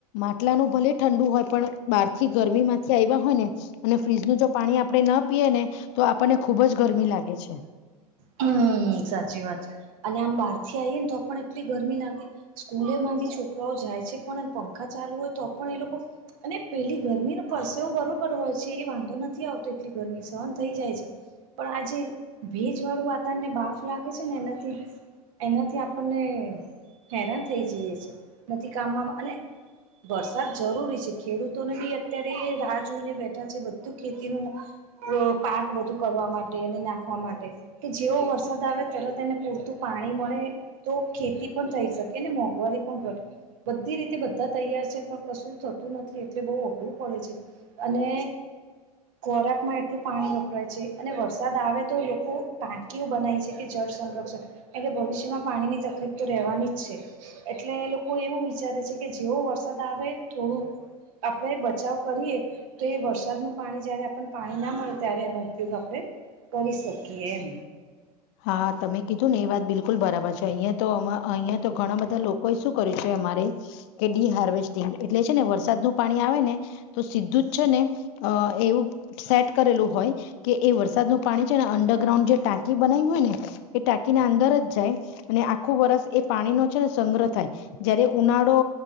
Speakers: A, on the left; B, on the right.
A: માટલાનું ભલે ઠંડુ હોય પણ બહાર થી ગરમી માંથી આવ્યા હોય ને અને ફ્રીજનું જો પાણી આપણે ન પીએ ને તો આપણને ખુબ જ ગરમી લાગે છે.
B: હમ સાચી વાત છે અને આમ બહાર થી આઈએ ને તો પણ એટલી ગરમી લાગે. સ્કૂલેમાં બી છોકરાઓ જાય છે પણ એમ પંખા ચાલુ હોય તો પણ એ લોકો. અને પેલી ગરમીનો પરસેવો બરોબર હોય છે એ વાંધો નથી આવતો એટલી ગરમી સહન થઈ જાય છે. પણ આજે ભેજ વાળું વાતાવરણને બાફ લાગે છે ને એનાથી. એનાથી આપણને હેરાન થઈ જઈએ છે. નથી કામમાં અને વરસાદ જરૂરી છે ખેડૂતોને બી અત્યારે. તે રાહ જોઈને બેઠા છે બધું ખેતીનું પાક બધું કરવા માટે અને ના. વા માટે કે જેવો વરસાદ આવે તરત એને પૂરતું પાણી મળે તો ખેતી પણ થઈ શકે ને મોંઘવારી પણ ઘટ. બધી રીતે બધા તૈયાર છે પણ કશું થતું નથી એટલે બહુ અઘરું પડે છે. અને ખોરાક માં એટલું પાણી વપરાય છે અને વરસાદ આવે તો લોકો ટાંકીઓ બનાયી છે કે જળ સંરક્ષણ એટલે ભવિષ્યમાં પાણી ની તકલીફ તો રહેવાની જ છે. એટલે લોકો એવું વિચારે છે, કે જેવ વરસાદ આવે થોડું આપણેે બચાવ કરીએ તો એ વરસાદનું પાણી જયારે આપને પાણી ના મળે ત્યારે એનો ઉપયોગ આપણે કરી શકીએ એમ.
A: હા તમે કીધું ને એ વાત બિલકુલ બરાબર છે. અહીયાંયા તો અ અહીયાં તો ઘણા બધા લોકો એ શું કર્યું છે અમારે કે ડીહાર્વેસ્ટિંગ એટલે છે ને વરસાદનું પાણી આવે ને તો સીધું જ છે ને. અ એવું સેટ કરેલું હોય કે એ વરસાદનું પાણી છે ને અંડરગ્રાઉન્ડ જે ટાંકી, બનાયું હોય ને એ ટાંકી ના અંદર જ જાય અને આખું વરસ એ પાણીનો છે ને સંગ્રહ થાય. જયારે ઉનાળો